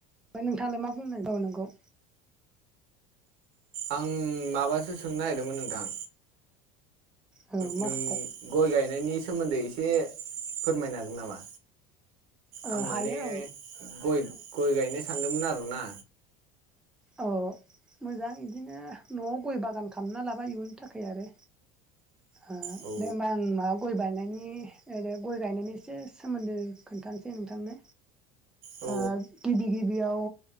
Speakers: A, in the centre; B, on the right (about 75°).
A: ओमफ्राय नोंथाङालाय मा बुंनाय दङ नोंगौ।
B: आं माबासो सोंनो नागिरदोंमोन नोंथां।
A: औ मा
B: नों
A: खोथा
B: गय गायनायनि सोमोन्दै एसे फोरमायनो हागोन नामा?
A: ओ
B: आं माने
A: हायो औ
B: गय-गय गायनो सानदोंमोन आरोना।
A: औ। मोजां इदिनो न'आव गय बागान खालामना लाबाय इयुननि थाखाय आरो। ओ
B: औ
A: दे होमबा आं माबा गय बायनाय मानि ओरै गय गायनायनि एसे सोमोन्दो खोन्थानोसै नोंथांनो।
B: औ नोंथां औ
A: ओ गिबि गिबियाव